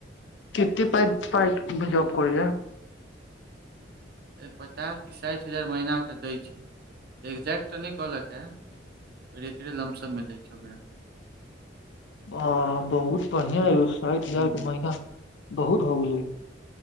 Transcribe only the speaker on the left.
कतेक पाई पाई मे जाॅब करे याऽ।
आ बहुत बढ़िया एो साठि
हजार के महीना बहुत हो गेले